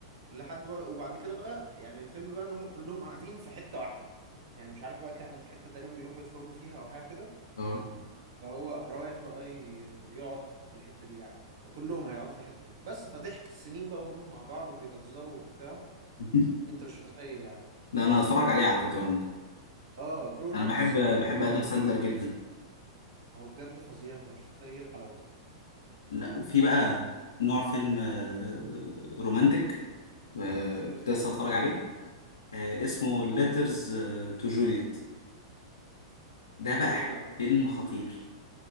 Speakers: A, on the right (about 65°); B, on the left (about 80°).
A: لحد بقى وبعد كده بقى يعني الفيلم بقى ان هم كلهم قاعدين في حته واحده يعني مش عارف بقى كانت حته تقريبا بيروحوا يخرجوا فيها او حاجه كده
B: اه
A: فهو رايح بقى ي- يقعد في الحته دي يعني فكلهم هيقعدوا في الحته دي بس فضحك السنين بقى وهم مع بعض وبيهزروا وبتاع
B: <laughs>
A: انت مش متخيل يعني
B: ده انا هتفرج عليه على فكرة ممكن
A: اه جرون
B: انا
A: ابس
B: بحب
A: وجرون
B: بحب ادم
A: ابس
B: ساندلر
A: 2
B: جدا
A: هو بجد فظيع انت مش متخيل حلاوته
B: لا وفي بقى نوع فيلم آه، رومانتك آه، كنت لسه هتفرج عليه آه، اسمه ليترز تو جوليت ده بقى
A: ده ايه ده يا عمر
B: فيلم خطير